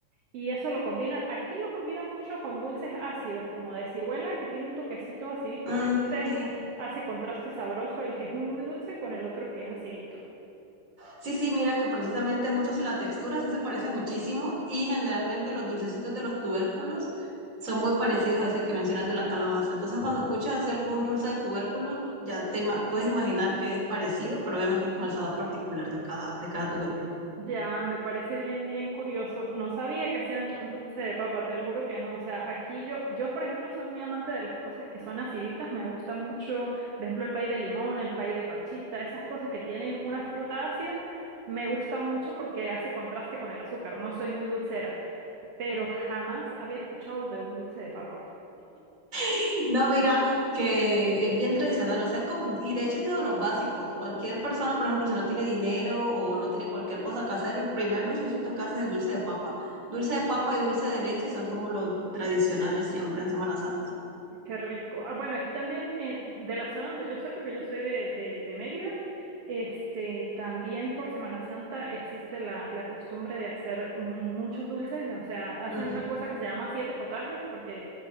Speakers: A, on the right; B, on the right.
A: Y eso lo combinan, aquí lo combinan mucho con dulces ácidos, como de ciruela, que tiene un toquecito acidito,
B: mm,
A: entonces
B: sí.
A: hace contraste sabroso el que es muy, muy dulce con el otro que es acidito.
B: Sí, sí, mira que precisamente justo la textura sí se parece muchísimo y generalmente los dulcecitos de los tubérculos son muy parecidos a ese que mencionas de la calabaza. Entonces, cuando escuchas así algún dulce de tubérculo, ya te ima- puedes imaginar que es parecido, pero obviamente con el sabor particular de cada, de cada tubérculo.
A: Ya, me parece bien, bien curioso. No sabía que hacían an- dulce de papa, te lo juro que no. O sea, aquí yo, yo por ejemplo, soy muy amante de las cosas que son aciditas. Me gusta mucho, por ejemplo, el pay de limón, el pay de parchita, esas cosas que tienen una fruta ácida, me gusta mucho porque hace contraste con el azúcar. No soy muy dulcera. pero jamás había escuchado de un dulce de papa.
B: <laughs> No, mira, que es bien tradicional, o sea, es como, y de hecho es de los básicos. Cualquier persona, por ejemplo, si no tiene dinero o no tiene cualquier cosa que hacer, el primer dulcecito que hace es el dulce de papa. Dulce de papa y dulce de leche son como los tradicionales siempre en Semana Santa.
A: Qué rico. Ah, bueno, aquí también, eh, de la zona donde yo soy, porque yo soy de, de, de Mérida, este, también por Semana Santa existe la, la costumbre de hacer muchos dulces, o sea, hacen
B: Mm,
A: una cosa que se llama siete potajes, porque